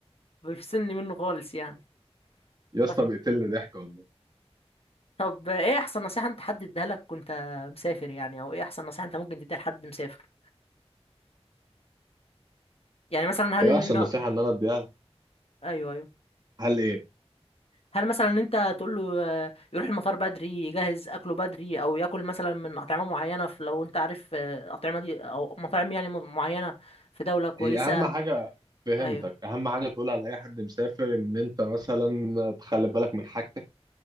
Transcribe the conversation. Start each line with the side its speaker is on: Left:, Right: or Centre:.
Left: بيفصلني منه خالص يعني
Right: يا
Left: طب
Right: اسطى بيقتلني ضحك والله
Left: طب ايه احسن نصيحه انت حد اديها لك وانت مسافر يعني او ايه احسن نصيحه انت ممكن تديها لحد مسافر يعني مثلا هل
Right: ايه احسن
Left: ن...
Right: نصيحة ان انا اديها لها؟
Left: ايوه ايوه
Right: هل ايه
Left: هل مثلا ان انت تقول له آه، يروح المطار بدري يجهز اكله بدري او ياكل مثلا من اطعمه معينه في لو انت عارف آه، اطعمه دي او مطاعم يعني م- معينه في دوله كويسه
Right: هي اهم حاجه فهمتك
Left: ايوه
Right: اهم حاجه تقولها لاي حد مسافر ان انت مثلا تخلي بالك من حاجتك